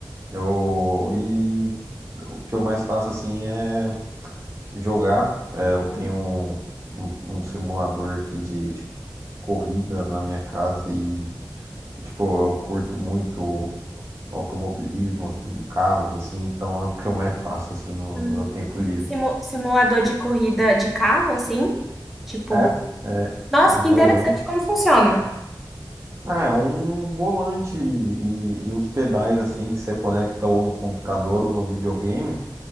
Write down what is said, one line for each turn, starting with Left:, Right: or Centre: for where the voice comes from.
Right: eu, e o que eu mais faço assim é jogar, É, eu tenho um, um simulador aqui de de corrida na minha casa e Tipo, eu curto muito automobilismo, assim, carros, assim, então é o que eu mais faço, assim, no,
Centre: Hum,
Right: no meu tempo livre.
Centre: simu- simulador de corrida de carro, assim? Tipo,
Right: É, é
Centre: nossa,
Right: um
Centre: que
Right: volante.
Centre: interessante como funciona.
Right: Ah, é um volante e, e os pedais, assim, que você conecta ou no computador ou no videogame.